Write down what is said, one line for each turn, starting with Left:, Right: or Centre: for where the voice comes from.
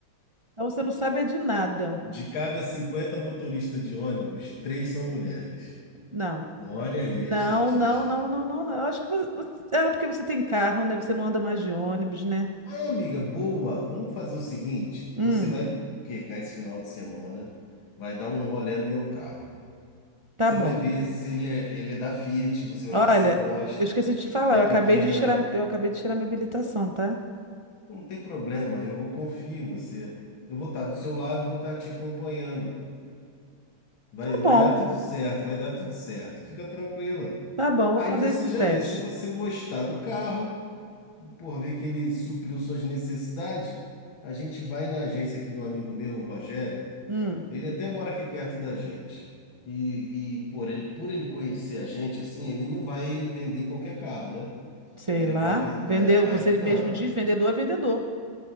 Right: Então você não sabe é de nada.
Left: De cada 50 motoristas de ônibus, três são mulheres.
Right: Não.
Left: Olha aí
Right: Não,
Left: a estatística.
Right: não, não, não, não, não. Eu Acho que você... você- Ah, porque você tem carro, né? Você não anda mais de ônibus, né?
Left: Ah, amiga, boa! Vamos fazer o seguinte:
Right: Hum,
Left: você vai pegar esse final de semana, vai dar um rolê no meu carro.
Right: tá
Left: Você
Right: bom.
Left: vai ver se ele é, ele é da Fiat, você vai
Right: Olha,
Left: ver se você gosta.
Right: eu esqueci de te falar,
Left: Ele é
Right: eu
Left: pequeno.
Right: acabei de tirar, eu acabei de tirar minha habilitação, tá?
Left: Não tem problema, eu vou confiar em você. Eu vou estar do seu lado, eu vou estar te acompanhando. Vai,
Right: Tá bom.
Left: vai dar tudo certo, vai dar tudo certo. Fica tranquila.
Right: Tá bom, vou
Left: Aí
Right: fazer
Left: você
Right: esse
Left: já
Right: teste.
Left: vê se você gostar do carro. por ver que ele supriu suas necessidades, a gente vai na agência aqui do amigo meu, o Rogério.
Right: Hum,
Left: Ele até mora aqui perto da gente. E, e por ele, por ele conhecer a gente, assim, ele não vai vender qualquer carro, né?
Right: sei
Left: Ele
Right: lá.
Left: vai, ven-
Right: Vender,
Left: vai, vai,
Right: você
Left: não.
Right: mesmo diz, vendedor é vendedor.